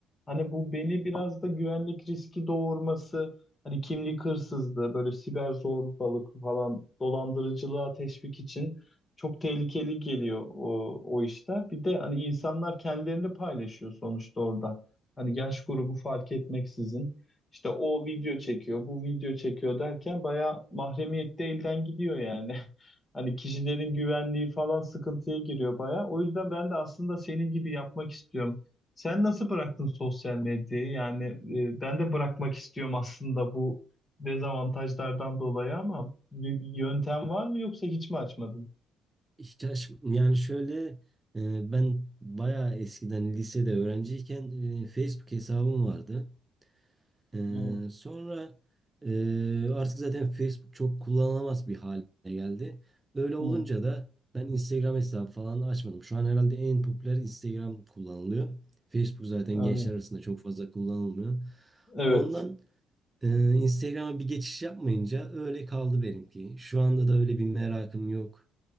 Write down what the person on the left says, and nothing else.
Hani bu beni biraz da güvenlik riski doğurması Hani kimlik hırsızlığı, böyle siber zorbalık falan dolandırıcılığa teşvik için çok tehlikeli geliyor o, o işler. Bir de hani insanlar kendilerini paylaşıyor sonuçta orada. Hani yaş grubu fark etmeksizin. İşte o video çekiyor, bu video çekiyor derken bayağı mahremiyette elden gidiyor yani. <laughs> Hani kişilerin güvenliği falan sıkıntıya giriyor bayağı. O yüzden ben de aslında senin gibi yapmak istiyorum. Sen nasıl bıraktın sosyal medyayı? Yani e, ben de bırakmak istiyorum aslında bu dezavantajlardan dolayı ama bir, bir yöntem var mı yoksa hiç mi açmadın?
Hı,
hı,
anladım.
Evet.